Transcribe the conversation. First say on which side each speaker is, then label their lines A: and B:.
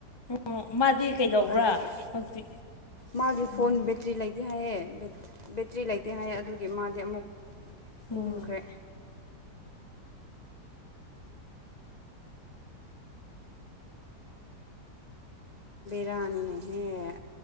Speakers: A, on the left; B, on the left.
A: ꯎꯝ ꯃꯗꯤ ꯀꯩꯗꯧꯕ꯭ꯔꯥ
B: ꯑꯗꯨꯒꯤ
A: ꯍꯧꯛꯇꯤ
B: ꯃꯥꯒꯤ ꯐꯣꯟ ꯕꯦꯇ꯭ꯔꯤ ꯂꯩꯇꯦ ꯍꯥꯏꯌꯦ ꯕꯦꯇ꯭ꯔꯤ ꯂꯩꯇꯦ ꯍꯥꯏꯑꯦ ꯑꯗꯨꯒꯤ ꯃꯥꯗꯤ ꯑꯃꯨꯛ ꯀꯨꯝꯈ꯭ꯔꯦ
A: ꯎꯝ
B: ꯔꯅꯤꯅꯦꯍꯦ